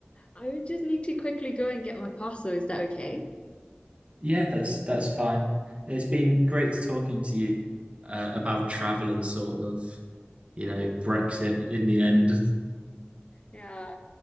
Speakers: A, on the left; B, on the right.
A: I would just need to quickly go and get my parcel. Is that okay?
B: yeah that's that's fine it's been great talking to you uh, about
A: 'Cause,
B: travel and sort of you know Brexit in the end
A: yeah,